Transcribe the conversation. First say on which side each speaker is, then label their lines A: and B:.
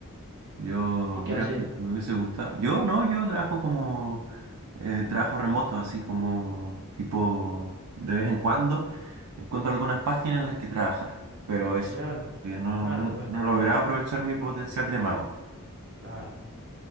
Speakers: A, on the right (about 80°); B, on the right (about 55°).
A: Yo,
B: ¿y qué
A: mira,
B: haces?
A: me hubiese gustado. Yo no, yo trabajo como eh, trabajo remoto, así como tipo de vez en cuando encuentro algunas páginas en las que trabajar, pero eso,
B: Mira,
A: que no,
B: claro,
A: no,
B: bueno,
A: no he logrado aprovechar mi potencial de mago.
B: claro.